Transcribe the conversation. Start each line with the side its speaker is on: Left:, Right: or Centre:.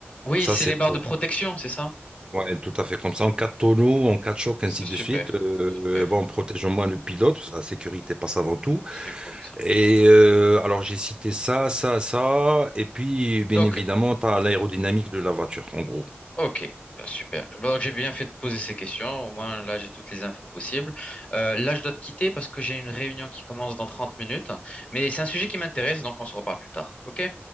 Left: Oui,
Right: Ça,
Left: c'est
Right: c'est
Left: les barres
Right: pour.
Left: de protection, c'est ça?
Right: ouais, tout à fait comme ça. En cas de tonneau, en cas de choc, ainsi
Left: C'est super,
Right: de suite. Euh,
Left: super.
Right: euh, bon, protégeons moins le pilote, parce que la sécurité passe avant tout.
Left: C'est cool ça.
Right: Et euh, alors j'ai cité ça, ça, ça, et puis bien
Left: Donc,
Right: évidemment, tu as l'aérodynamique de la voiture, en gros.
Left: Ok, bah, super. Bah, donc j'ai bien fait de poser ces questions. Au moins là, j'ai toutes les infos possibles. Euh, là, je dois te quitter parce que j'ai une réunion qui commence dans 30 minutes. Mais c'est un sujet qui m'intéresse, donc on se reparle plus tard. Ok?